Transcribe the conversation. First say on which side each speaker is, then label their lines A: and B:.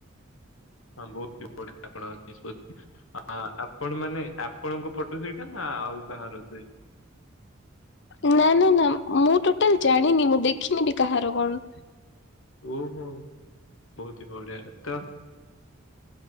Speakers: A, on the left; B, on the left.
A: ହଁ ବହୁତ ବଢଆ ଆପଣ ନିଷ୍ପତ୍ତି। ଆପଣ ମାନେ ଆପଣଙ୍କ ଫଟୋ ସେଇଟା। ନା ଆଉ କାହାର ଅ ସେ
B: ନା ନା ନା। ମୁଁ ଟୋଟାଲ ଜାଣିନି ମୁଁ ଦେଖିନି ବି କାହାର କଣ?
A: ଓହୋ। ବହୁତ ହି ବଢିଆ। ତ